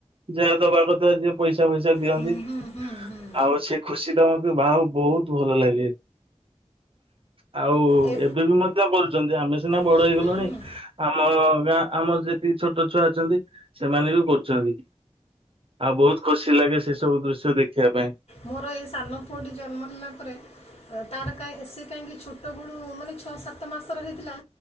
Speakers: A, on the right; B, on the left.
A: ଯାହାଦବା କ ଯିଏ ପଇସା ଫଇସା ଦିଅନ୍ତି।
B: ହୁଁ ହୁଁ ହୁଁ ହୁଁ
A: ଆଉ ସେ ଖୁସି ତ ମତେ ବାହୁ ବହୁତ୍ ଭଲ ଲାଗେ। ଆଉ
B: ଏ
A: ଏବେ ବି ମଧ୍ୟ କରୁଚନ୍ତି। ଆମେ ସିନା ବଡ
B: ହୁଁ
A: ହେଇଗଲୁଣି।
B: ହୁଁ ହୁଁ
A: ଆମ ଗାଁ ଆମ ଯେତିକି ଛୋଟ ଛୁଆ ଅଛନ୍ତି। ସେମାନେ ବି କରୁଚନ୍ତି। ଆଉ ବୋହୁତ୍ ଖୁସି ଲାଗେ ସେ ସବୁ ଦୃଶ୍ୟ ଦେଖିବା ପାଇଁ।
B: ମୋର ଏଇ ସାନ ପୁଅଟି ଜନ୍ମ ହେଲା ପରେ ଅ, ତାର କାଇଁ ସେ କାହିଁକି ଛୋଟବଳୁ ମାନେ ଛଅ ସାତ ମାସର ହେଇଥିଲା